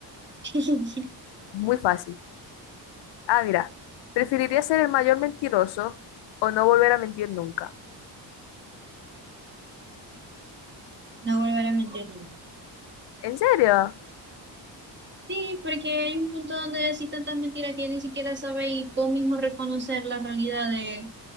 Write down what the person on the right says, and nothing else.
<laughs>
No volveré a mentir nunca.
Sí, porque hay un punto donde decís tantas mentiras que ni siquiera sabes y vos mismo reconocer la realidad de,